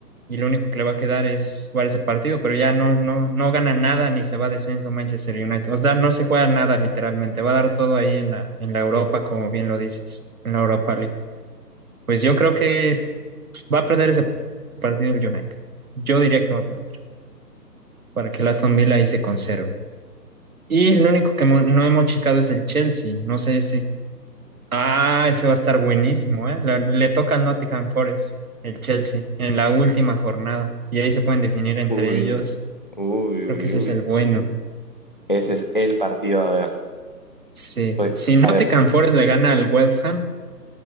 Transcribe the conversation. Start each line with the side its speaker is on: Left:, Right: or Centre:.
Right: Y lo único que le va a quedar es jugar ese partido, pero ya no, no, no gana nada ni se va a descenso Manchester United. O sea, no se juega nada literalmente, va a dar todo ahí en la, en la Europa, como bien lo dices, en la Europa Pues yo creo que va a perder ese partido el United. Yo diría que lo va a perder para que el Aston Villa ahí se conserve. Y lo único que mo- no hemos checado es el Chelsea. No sé si. Ah, ese va a estar buenísimo, ¿eh? La- Le, toca al Nottingham Forest, el Chelsea, en la última jornada. Y ahí se pueden definir entre
Left: Uy,
Right: ellos.
Left: uy,
Right: Creo
Left: uy,
Right: que ese es
Left: uy.
Right: el bueno.
Left: Ese es el partido a ver.
Right: Sí.
Left: Estoy-
Right: Si Nottingham
Left: a ver,
Right: Forest le gana al West Ham,